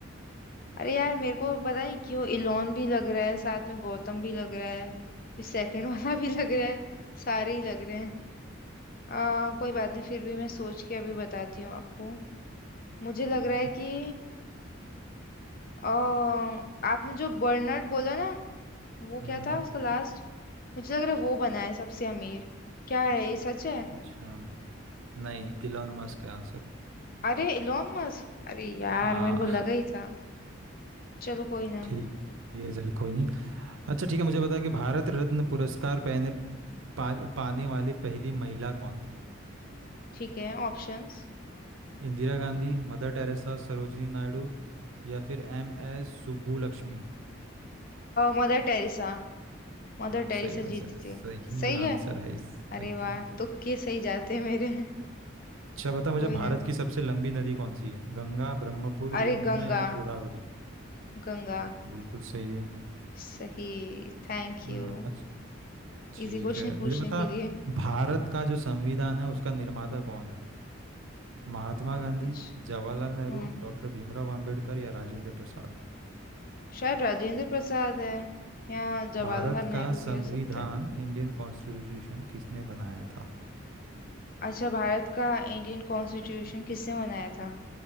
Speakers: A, on the left; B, on the right.
A: अरे यार मेरे को पता नहीं क्यों इलोन भी लग रहा है साथ में गौतम भी लग रहा है फिर सेकंड <laughs> वाला भी लग रहा है सारे ही लग रहे हैं आ, कोई बात नहीं फिर भी मैं सोच के अभी बताती हूँ आपको मुझे
B: ठीक
A: लग रहा
B: है
A: है कि आ, आपने जो बर्नर्ड बोला ना वो
B: हम्म
A: क्या था उसका लास्ट मुझे लग रहा है वो बना है सबसे अमीर क्या है ये सच है
B: अच्छा नहीं इलॉन मस्क है आंसर
A: अरे इलोन मस्क अरे यार
B: हाँ,
A: मेरे को लगा ही था चलो कोई ना
B: ठीक है चल कोई नहीं अच्छा ठीक है मुझे बता कि भारत रत्न पुरस्कार पहने पा, पाने वाली पहली महिला कौन थी
A: ठीक है Options
B: इंदिरा गांधी मदर टेरेसा सरोजिनी नायडू या फिर एम एस सुब्बुलक्ष्मी
A: Mother Teresa Mother
B: हाँ
A: Teresa
B: सही आंसर
A: जीती
B: सही
A: थी सही है
B: आंसर है सही
A: अरे वाह तुक्के सही जाते हैं मेरे
B: अच्छा बता मुझे
A: कोई
B: भारत
A: ना
B: की सबसे लंबी नदी कौन सी है गंगा ब्रह्मपुत्र
A: अरे
B: यमुना
A: गंगा
B: या गोदावरी
A: गंगा
B: बिल्कुल सही है
A: सही थैंक
B: हम्म
A: यू
B: अच्छा ठीक
A: इजी क्वेश्चन
B: है
A: पूछने
B: मुझे बता
A: के लिए
B: भारत का जो संविधान है उसका निर्माता कौन है महात्मा गांधी
A: अच्छा
B: जवाहरलाल नेहरू
A: हम्म
B: डॉक्टर भीमराव अंबेडकर या राजेंद्र प्रसाद
A: शायद राजेंद्र प्रसाद है या जवाहरलाल
B: भारत का
A: नेहरू
B: संविधान
A: भी हो सकता है
B: इंडियन कॉन्स्टिट्यूशन किसने बनाया था
A: अच्छा भारत का इंडियन कॉन्स्टिट्यूशन किसने बनाया था